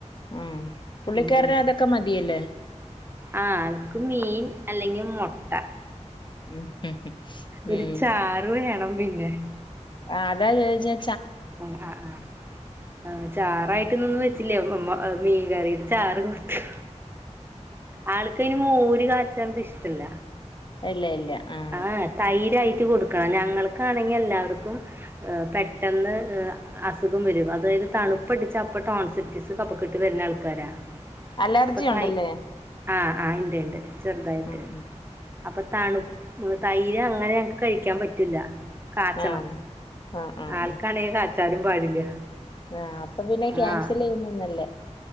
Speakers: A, on the left (about 40°); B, on the right (about 20°).
A: ആഹ് പുള്ളിക്കാരന്
B: ഉം
A: അതൊക്കെ മതിയല്ലേ
B: ആഹ് ആൾക്ക് മീൻ അല്ലെങ്കിൽ മുട്ട
A: ഉം
B: ഒരു
A: ഉം
B: ചാറ് വേണം പിന്നെ
A: ആഹ് അതാ ചോയ്ച്ചെ
B: ഉം ആഹ് ആഹ് ആഹ് ചാറായിട്ട്ന്നൊന്നും വെച്ചില്യ മീൻ കറീടെ ചാറ് കൊടുത്തു ആൾക്കയ്ന് മോര് കാച്ചണത് ഇഷ്ടല്ല
A: ഇല്ല ഇല്ല ആഹ്
B: ആഹ് തൈരായിട്ട് കൊടുക്കണം ഞങ്ങൾക്കാണെങ്കി എല്ലാവർക്കും ഏഹ് പെട്ടെന്ന് അസുഖം വരും അതായത് തണുപ്പടിച്ച അപ്പ ടോൺ സെറ്റീസ് കഫക്കെട്ട് വരുന്ന ആൾക്കാരാ
A: അലർജി
B: അപ്പൊ തായ്
A: ഉണ്ടല്ലേ
B: ആഹ് ആഹ് ഇണ്ട് ഇണ്ട് ചെർതായിട്ട്
A: ഉം ഉം
B: അപ്പൊ തണു തൈര് അങ്ങനെ ങ്ങക്ക് കഴിക്കാൻ പറ്റൂല കാച്ചണം
A: ആഹ് ആഹ് ആഹ്
B: ആൾക്കാണെങ്കി കാച്ചാനും പാടില്ല
A: ആഹ അപ്പൊ പിന്നെ ക്യാൻസൽ
B: ആഹ്
A: ചെയ്യുന്നെന്നല്ലേ